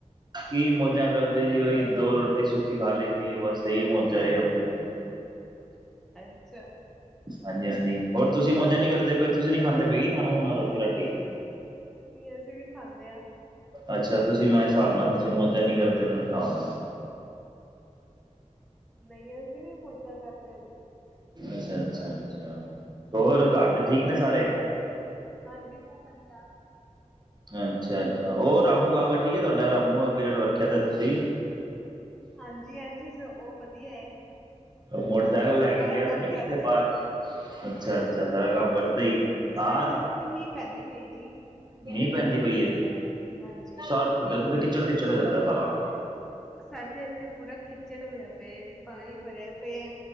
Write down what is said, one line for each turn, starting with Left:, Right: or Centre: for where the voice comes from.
Right: ਕੀ ਮੌੋਜਾਂ ਕਰਦੇ ਜੀ ਉਹੀ ਦੋ ਰੋਟੀ ਸੁੱਕੀ ਖਾ ਲਈ ਦੀ ਬਸ ਇਹੀ ਮੌੋਜਾ ਆਪਣੇ।
Centre: ਅੱਛਾ
Right: ਹਾਂਜੀ ਹਾਂਜੀ ਹੋਰ ਤੁਸੀਂ ਮੌਜਾ ਨਹੀਂ ਕਰਦੇ ਪਏ ਤੁਸੀਂ ਨੀ ਖਾਂਦੇ ਪਏਗੀ ਖਾਣਾ ਖੁਣਾ ਰੋਟੀ ਰਾਟੀ।
Centre: ਨਹੀਂ ਅਸੀਂ ਵੀ ਖਾਂਦੇ ਹਾਂ।
Right: ਅੱਛਾ ਤੁਸੀਂ ਮੇਰੇ ਹਿਸਾਬ ਨਾਲ ਤੁਸੀਂ ਮੌਜਾਂ ਨੀ ਕਰਦੇ ਮੇਰੇ ਹਿਸਾਬ ਨਾਲ।
Centre: ਨਹੀਂ ਅਸੀਂ ਵੀ ਮੌਜਾਂ ਕਰਦੇ ਹਾਂ ਜੀ।
Right: ਅੱਛਾ, ਅੱਛਾ, ਅੱਛਾ ਹੋਰ ਘਰ ਦੇ ਠੀਕ ਨੇ ਸਾਰੇ?
Centre: ਹਾਂਜੀ ਸਭ ਵਧੀਆ।
Right: ਅੱਛਾ ਅੱਛਾ ਉਹ ਰਾਮੂ ਕਾਕਾ ਠੀਕ ਹੈ ਤੁਹਾਡਾ ਰਾਮੂ ਕਾਕਾ ਜਿਹੜਾ ਰੱਖਿਆ ਦਾ ਤੁਸੀਂ।
Centre: ਹਾਂਜੀ, ਹਾਂਜੀ, ਉਹ ਵਧੀਆ। ਵਧੀਆ ਹੈ।
Right: ਮੋਟਰਸਾਈਕਲ ਲੈ ਕੇ
Centre: ਸਾਰਾ
Right: ਗਿਆ
Centre: ਕੰਮ
Right: ਤੇ ਨੀ
Centre: ਕਰਦਾ
Right: ਕਿੱਥੇ
Centre: ਹੈ
Right: ਬਾਹਰ ਅੱਛਾ ਅੱਛਾ ਸਾਰਾ ਕੰਮ ਕਰਦੇ ਹੀ।
Centre: ਸਾਡੇ
Right: ਹਾਂ
Centre: ਇੱਥੇ ਤੇ ਮੀਂਹ ਪੈਂਦੀ ਪਈ ਜੀ।
Right: ਮੀਂਹ ਪੈਂਦੀ ਪਈ ਹੈ।
Centre: ਹਾਂਜੀ
Right: ਸਾ ਤੁਹਾਡੇ ਉਧਰ ਤਾਂ ਕਿਚੜ ਕਿੱਚੜ ਹੋ ਜਾਂਦਾ ਸਾਰਾ।
Centre: ਸਾਡੇ ਇੱਥੇ ਪੂਰਾ ਕਿਚੜ ਹੋਇਆ ਪਿਆ ਜੀ। ਪਾਣੀ ਭਰਿਆ ਪਏ